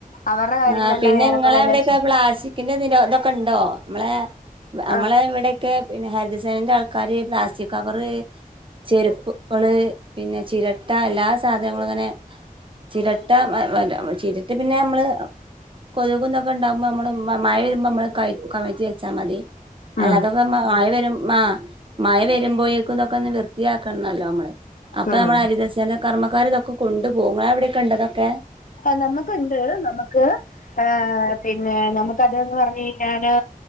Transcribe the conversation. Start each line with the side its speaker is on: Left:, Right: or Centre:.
Left: അവരുടെ കാര്യങ്ങളെല്ലാം
Right: ആഹ് പിന്നെ
Left: ഏറെക്കുറെ
Right: ഇങ്ങളെ
Left: എല്ലാം
Right: അവിടെക്കെ പ്ലാസ്റ്റിക്കിന്റെ നിരോ ഇതൊക്കെ ഇണ്ടോ ഇമ്മളെ നമ്മളെ
Left: ആഹ്
Right: ഇവിടെൊക്കെ പിന്നെ ഹരിതസേനന്റെ ആൾക്കാര് പ്ലാസ്റ്റിക് കവറ് ചെരുപ്പുകള് പിന്നെ ചിരട്ട എല്ലാ സാധനങ്ങളും അങ്ങനെ ചിരട്ട വാ വ ചിരട്ട പിന്നെ നമ്മള് കൊതുകും ഇതൊക്കെ ഇണ്ടകുമ്പോ നമ്മള് മഴ വരുമ്പോ നമ്മള് ക കവറ്റി വെച്ചാൽ മതി
Left: ഉം
Right: അല്ലാതെ ഇപ്പൊ മഴ വരും ആഹ് മഴ വരുമ്പോഴേക്കും ഇതൊക്കെ ഒന്ന് വൃത്തിയാക്കണല്ലോ നമ്മള് അപ്പൊ
Left: ഉം
Right: നമ്മളെ ഹരിതസേന കർമ്മക്കാര് ഇതൊക്കെ കൊണ്ട് പോവും ഇങ്ങളെ എവിടെ ഇണ്ടോ ഇതൊക്കെ
Left: ആഹ് നമ്മക് ഇണ്ട് നമുക്ക് ഏഹ് പിന്നെ നമുക്കതന്ന് പറഞ്ഞു കഴിഞ്ഞാല്